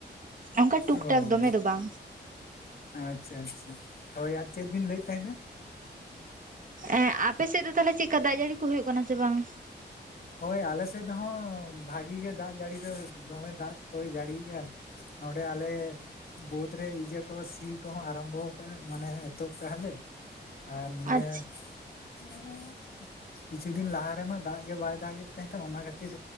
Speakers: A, on the right; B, on the left.
A: ᱚᱱᱠᱟ ᱴᱩᱠ
B: ᱚ
A: ᱴᱟᱠ ᱫᱚᱢᱮ ᱫᱚ ᱵᱟᱝ
B: ᱟᱪᱪᱷᱟ ᱟᱪᱪᱷᱟ ᱦᱳᱭ ᱟᱨ ᱪᱮᱫ ᱵᱤᱱ ᱞᱟᱹᱭᱮᱜ ᱛᱟᱦᱮᱸᱱᱟ?
A: ᱮᱸᱜ ᱟᱯᱮ ᱥᱮᱜ ᱫᱚ ᱛᱟᱷᱞᱮ ᱪᱮᱜ ᱞᱮᱠᱟ ᱫᱟᱜᱽ ᱡᱟᱹᱲᱤ ᱠᱚ ᱦᱩᱭᱩᱜ ᱠᱟᱱᱟ ᱥᱮ ᱵᱟᱝ?
B: ᱦᱳᱭ ᱟᱞᱮ ᱥᱮᱫ ᱦᱚᱸ ᱵᱷᱟᱜᱤ ᱜᱮ ᱫᱟᱜᱽ ᱡᱟᱹᱲᱤ ᱫᱚ ᱫᱚᱢᱮ ᱫᱟᱜᱽ ᱠᱚᱭ ᱡᱟᱹᱲᱤᱭᱮᱜᱼᱟ᱾ ᱱᱚᱸᱰᱮ ᱟᱞᱮ, ᱵᱳᱫ ᱨᱮ ᱤᱡᱟᱹ ᱠᱚ ᱥᱤ ᱠᱚᱦᱚᱸ ᱟᱨᱟᱢᱵᱚ ᱟᱠᱟᱱᱟ ᱢᱟᱱᱮ ᱮᱛᱚᱵ ᱠᱟᱜ ᱞᱮ᱾ ᱟᱨ ᱱᱤᱭᱟᱹ
A: ᱟᱪᱪᱷᱟ
B: <inaudible> ᱠᱤᱪᱷᱩ ᱫᱤᱱ ᱞᱟᱦᱟ ᱨᱮᱢᱟ ᱫᱟᱜ ᱜᱮ ᱵᱟᱭ ᱫᱟᱜᱮᱜ ᱛᱟᱦᱮᱸᱫ ᱫᱚ ᱚᱱᱟ ᱠᱷᱟᱹᱛᱤᱨ